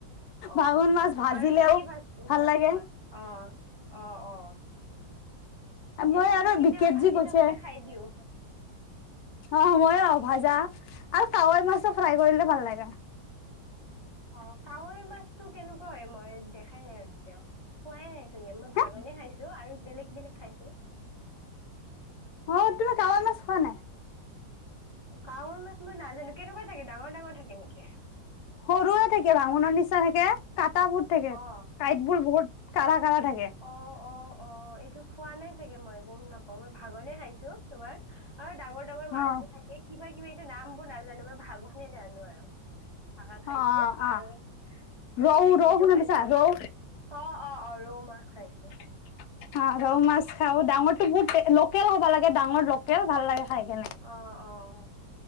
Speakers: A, on the right; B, on the left.
A: অ',
B: ভাঙোন মাছ ভাজিলেও
A: আৰু কি কি মাছ
B: ভাল
A: মাছ
B: লাগে
A: খোৱা? অ অ অ
B: মই
A: এনেই মইতো
B: আৰু
A: তেতিয়াবা
B: বিকেট
A: ভাজি
B: যি কৈছে
A: থাকোতে খাই দিও
B: অ মইও ভাজা আৰু কাৱৈ মাছো ফ্ৰাই কৰিলে ভাল লাগে
A: অ কাৱৈ মাছটো কেনেকুৱা হয় মই দেখাই নাই এতিয়াও খোৱাই নাই চাগে মই
B: হে
A: ভাঙনে খাইছো আৰু বেলেগ বেলেগ খাইছো
B: অ তুমি কাৱৈ মাছ খোৱা নাই
A: কাৱৈ মাছ মই নাজানো কেনেকুৱা থাকে ডাঙৰ ডাঙৰ থাকে নেকি।
B: সৰুয়ে থাকে ভাঙোনৰ নিচিনা থাকে, কাটা বুট থাকে
A: অ
B: কাইট বোৰ বহুত কাঢ়া কাঢ়া থাকে।
A: অ অ অ এইটো খোৱা নাই চাগে মই গ'ম নাপাওঁ মই ভাগনে খাইছোঁ তোমাৰ, আৰু ডাঙৰ ডাঙৰ মাছ
B: অ'
A: যে থাকে কিবা কিবি এইটো নাম বোৰ নাজানো মই ভাগোনে জানো আৰু। ভাঙা খাইছোঁ
B: অ' অ'
A: আৰু,
B: অ'
A: এ,
B: ৰৌ
A: ই
B: ৰৌ
A: ইটো
B: শুনা
A: খাইছোঁ,
B: পাইছা
A: অ',
B: ৰৌ
A: অ', অ', ৰৌ মাছ খাইছোঁ।
B: <inaudible> অ', ৰৌ মাছ খাওঁ, ডাঙৰটো বহুত লোকেল হ'ব লাগে, ডাঙৰ লোকেল ভাল লাগে খাই কেনে।
A: অ', অ',